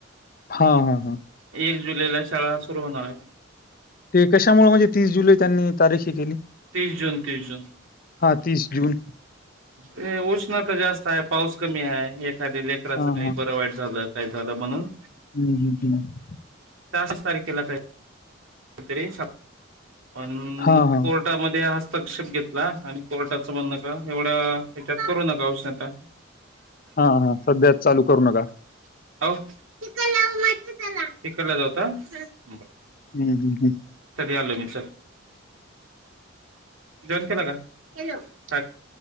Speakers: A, on the left; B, on the right.
A: हा हा. हा
B: <unintelligible> जुलैला शाळा सुरू होणार आहे
A: ते कशामुळे म्हणजे तीस जुलै त्यांनी तारीखी केली
B: तीस जून, तीस जून
A: हा तीस जून
B: ते उष्णता जास्त हाय पाऊस कमी हाय कधी लेकराच
A: हा
B: काही
A: हा
B: बरं वाईट झालं - झालं म्हणून
A: हम्म हम्म हम्म.
B: तारखेला का तरी <inaudible> पण
A: हा हा
B: कोर्टामध्ये हस्तक्षेप घेतला आणि कोर्टाचं म्हण नका एवढ्या हच्यात करू नका उष्णता
A: हा हा सध्या चालू करू नका
B: काऊ <unintelligible> जाऊ का-
A: हम्म हम् हम्
B: यालं मी चल जेवन केला का? केलो <unintelligible>